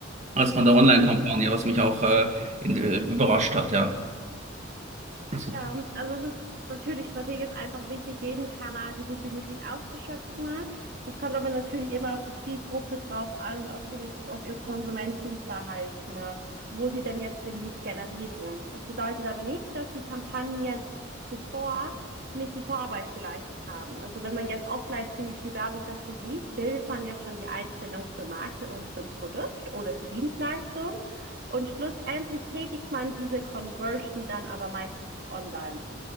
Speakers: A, on the right; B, on the right.
A: als von der Mhm.
B: Mhm.
A: Online-Kampagne, was mich auch äh, in, äh, überrascht hat, ja. Also
B: Ja, also es ist natürlich strategisch einfach wichtig, jeden Kanal so gut wie möglich auszuschöpfen. ne? Es kommt aber natürlich immer auf die Zielgruppe drauf an und auf ihre, auf ihr Konsumentenverhalten, ne? wo sie denn jetzt den Lead generieren. Das bedeutet aber nicht, dass die Kampagnen zuvor nicht die Vorarbeit geleistet haben. Also wenn man jetzt offline ziemlich viel Werbung dazu sieht, bildet man ja schon die Einstellung zur Marke und zum Produkt oder zur Dienstleistung. Und schlussendlich tätigt man diese Conversion dann aber meistens online.